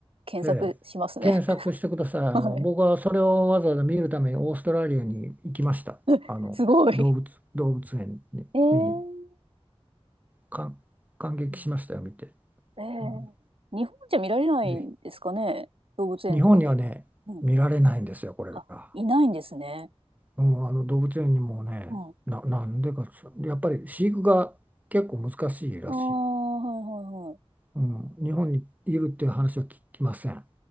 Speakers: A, on the right (about 60°); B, on the right (about 15°).
A: 検索しますね。
B: ええ、検索してください。
A: <laughs>
B: あの、
A: はい。
B: 僕はそれをわざわざ見るためにオーストラリアに行きました。
A: <laughs>
B: あの、
A: すごい。
B: 動物、動物園に見に、
A: ええう
B: 感感激しましたよ、
A: ん
B: 見て。
A: ええ
B: うん、
A: 日本じゃ見られないんですかね動物園とかで。
B: ぜひ。日本にはね、
A: うん
B: 見られないんですよ、これが。
A: あ、いないんですね。
B: うん、あの動物園にもね、
A: うん。あ
B: な、なんでか、やっぱり飼育が結構難しいらしい。
A: あ、はいはいはい。
B: うん、日本にいるっていう話は聞きません。